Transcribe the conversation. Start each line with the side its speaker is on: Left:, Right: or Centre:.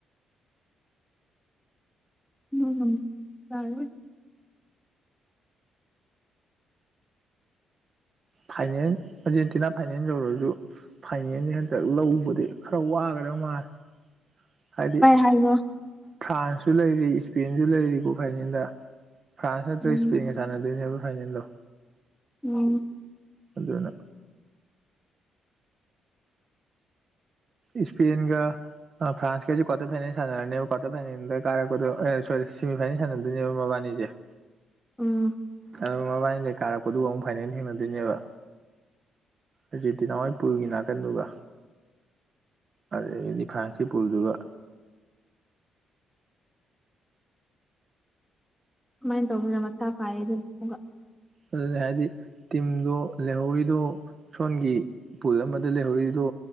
Centre: ꯎꯝ <unintelligible>
Right: ꯐꯥꯏꯅꯦꯟ ꯑꯥꯔꯖꯦꯟꯇꯤꯅꯥ ꯐꯥꯏꯅꯦꯟꯁ ꯌꯧꯔꯁꯨ ꯐꯥꯏꯅꯦꯜꯁꯦ ꯍꯟꯛꯇꯛ ꯂꯧꯕꯗꯤ ꯈꯔ ꯋꯥꯒꯗꯕ ꯃꯥꯜꯂꯦ ꯍꯥꯏꯗꯤ
Centre: ꯍꯥꯏꯒꯅꯣ
Right: ꯐ꯭ꯔꯥꯟꯁꯁꯨ ꯂꯩꯔꯤ ꯏꯁꯄꯦꯟꯁꯨ ꯂꯩꯔꯤꯀꯣ ꯐꯥꯏꯂꯦꯟꯗ ꯐ꯭ꯔꯥꯟꯁ ꯅꯠꯇ꯭ꯔꯒ
Centre: ꯎꯝ
Right: ꯏꯁꯄꯦꯟꯒ ꯁꯥꯟꯅꯗꯨꯏꯅꯦꯕ ꯐꯥꯏꯅꯦꯜꯗꯣ
Centre: ꯎꯝ
Right: ꯑꯗꯨꯅ ꯏꯁ꯭ꯄꯦꯟꯒ ꯑ ꯐ꯭ꯔꯥꯟꯀꯖꯦ ꯀ꯭ꯋꯥꯇꯔ ꯐꯥꯏꯅꯦꯜ ꯁꯥꯟꯅꯔꯅꯦꯕ ꯀ꯭ꯋꯥꯔꯇꯔ ꯐꯥꯏꯅꯦꯜꯗ ꯀꯥꯔꯛꯄꯗ ꯑꯦ ꯁꯣꯔꯤ ꯁꯦꯃꯤ ꯐꯥꯏꯅꯦꯜ ꯁꯥꯟꯅꯗꯣꯏꯅꯦꯕ ꯃꯕꯥꯟꯅꯤꯖꯦ <inaudible>
Centre: ꯎꯝ
Right: ꯑꯗꯨ ꯃꯕꯥꯟꯅꯤꯗꯩ ꯀꯥꯔꯛꯄꯗꯨꯒ ꯑꯃꯨꯛ ꯐꯥꯏꯅꯦꯜ ꯊꯦꯡꯅꯗꯣꯏꯅꯦꯕ ꯑꯖꯦꯟꯇꯤꯅꯥꯍꯣꯏꯄꯨꯜꯒꯤ ꯅꯥꯀꯟꯗꯨꯒ ꯑꯗꯒꯤꯗꯤ ꯐ꯭ꯔꯥꯟꯁꯀꯤ ꯄꯨꯜꯗꯨꯒ
Centre: ꯑꯗꯨꯃꯥꯢ ꯇꯧꯕꯗꯨꯅ ꯃꯊꯥ ꯁꯥꯏꯌꯦ ꯑꯗꯨꯅ ꯑꯃꯨꯛꯒ
Right: ꯑꯗꯨꯅ ꯍꯥꯏꯗꯤ ꯇꯤꯝꯗꯣ ꯂꯩꯍꯧꯔꯤꯗꯣ ꯁꯣꯟꯒꯤ ꯄꯨꯜ ꯑꯃꯗ ꯂꯩꯍꯧꯔꯤꯗꯣ